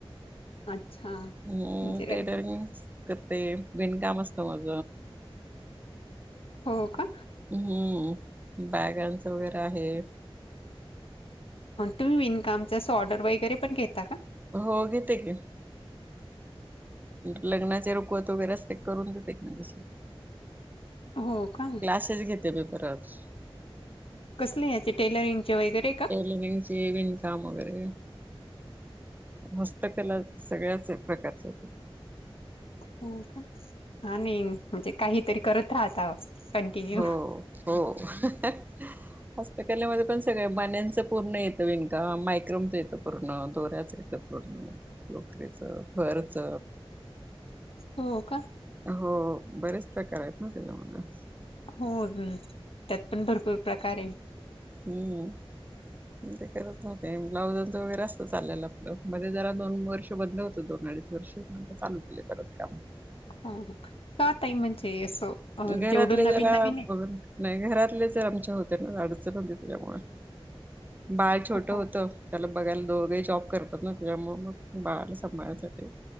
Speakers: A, on the left; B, on the right.
A: अच्छा
B: हम्म
A: म्हणजे
B: टेलरिंग करते विणकाम असत माझ
A: हो का
B: हम्म बॅगांच वगैरे आहे
A: तुम्ही विणकाम अस ऑर्डर वगैरे पण घेता का
B: हो घेते की लग्नाचे रुखवत वगैरे असते करून देते म्हणजे
A: हो का
B: क्लासेस घेते मी परत-
A: कसले याचे टेलरिंगचे वैगैरे का
B: टेलेरिंग चे विणकाम वगैरे हस्तकला सगळ्याच प्रकारच येत.
A: हो का आणि म्हणजे काहीतरी करत राहता. कंटिन्यू
B: हो हो हहह. हस्तकलेमध्ये पण सगळ्या बाण्याचं पूर्ण येतं विणकाम मायक्रोमच येतं पूर्ण दोऱ्याच य. ते पूर्ण लोकरीच फरच.
A: हो का.
B: हो हो बरेच प्रकार आहेत ना त्याच्या मधुन.
A: हो ह त्यात पण भरपूर प्रकार हे.
B: हम्म ते करत होते ब्लाउजाच वगैरे अस. तो चाललेला कुठं, मध्ये जरा दोन वर्षे बंद होत दोन अडीच वर्ष नंतर चालू केले परत काम.
A: ह ह, का ताई म्हणजे असं अ,
B: घरातले
A: जेवढं नवीन
B: घरात
A: नवीन आहे.
B: बघत नाही घरातले तर आमच्या होते ना अडचण होती त्यामुंळ, बाळ छोटं
A: हो
B: होतं त्याला बघायला दोघे जॉब करतात ना त्याच्यामुळ मग बाळाला सांभाळण्यासाठी